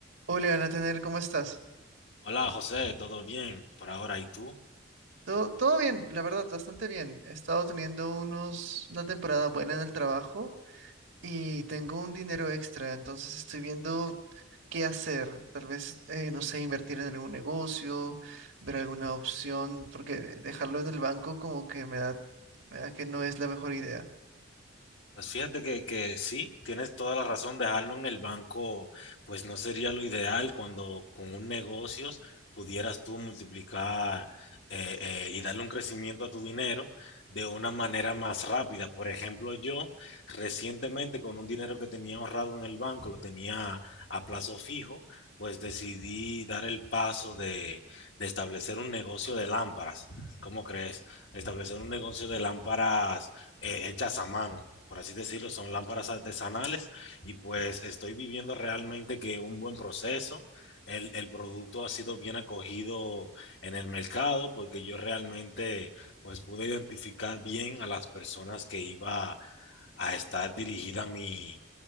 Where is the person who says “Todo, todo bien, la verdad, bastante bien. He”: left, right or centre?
Right